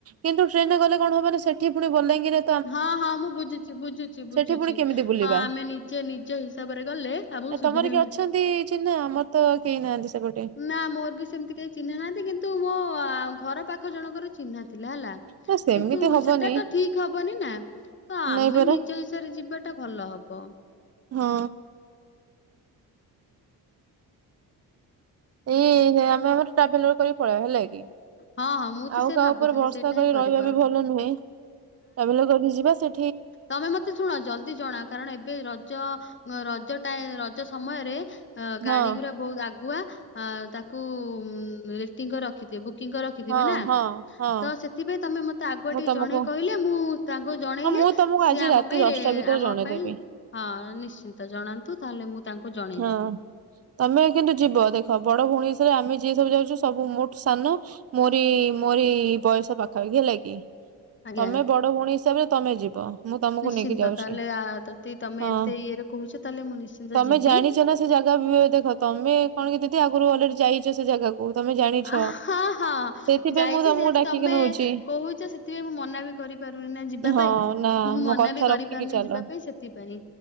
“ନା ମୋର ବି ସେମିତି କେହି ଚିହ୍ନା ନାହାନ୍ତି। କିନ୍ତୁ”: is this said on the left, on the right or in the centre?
Left